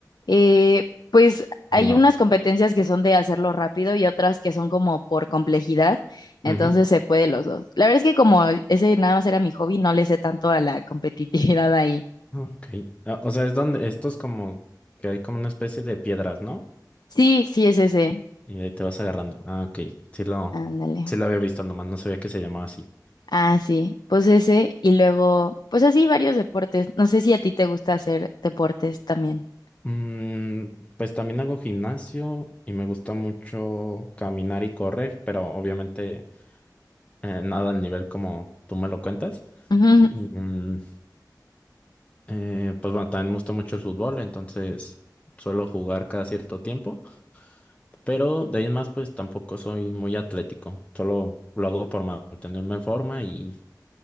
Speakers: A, on the left; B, on the left.
A: Eh, pues hay
B: ¿O no?
A: unas competencias que son de hacerlo rápido y otras que son como por complejidad, entonces
B: Ujú.
A: se puede los dos. La verdad es que como ese nada más era mi hobby, no le sé tanto a la competitividad ahí.
B: Ah, Ok. Ah, O sea, es donde esto es como que hay como una especie de piedras, ¿no?
A: Sí, sí es ese.
B: Y de ahí te vas agarrando. Ah, ok. Sí lo,
A: Ándale.
B: sí lo había visto, nomás no sabía que se llamaba así.
A: Ah, sí, pues ese y luego, pues así varios deportes. No sé si a ti te gusta hacer deportes también.
B: Mm, pues también hago gimnasio y me gusta mucho caminar y correr, pero obviamente eh, nada al nivel como tú me lo cuentas.
A: <laughs> Ujú.
B: Y mm, eh, pues bueno, también me gusta mucho el fútbol, entonces suelo jugar cada cierto tiempo, pero de ahí en más pues tampoco soy muy atlético, solo lo hago por mantenerme en forma y,